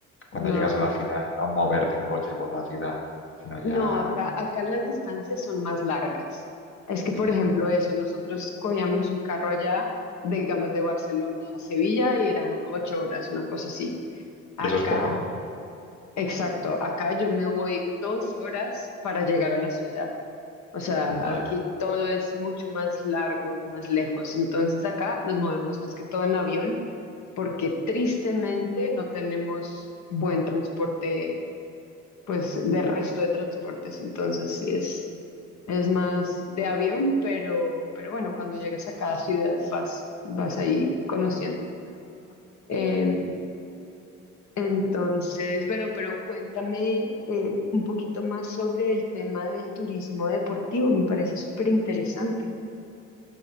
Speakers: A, on the left; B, on the left.
A: cuando
B: No,
A: llegas a la ciudad, no moverte en coche por la ciudad, sino ya,
B: no, acá, acá las distancias son más largas. Es que, por
A: sí,
B: ejemplo,
A: pues,
B: eso, nosotros cogíamos un carro allá, de, digamos, de Barcelona a Sevilla y eran ocho horas, una cosa así. Acá
A: y eso es poco, ¿no?
B: Exacto, acá yo me voy dos horas para llegar a la ciudad. O sea,
A: Madre
B: aquí todo es mucho más largo y más lejos. Entonces acá nos movemos más que todo en avión porque tristemente no tenemos buen transporte, pues de resto de transportes. Entonces sí es, es más de avión, pero, pero bueno, cuando llegas a cada ciudad vas, vas ahí conociendo. Em, entonces, bueno, pero cuéntame eh, un poquito más sobre el tema del turismo deportivo. Me parece súper interesante.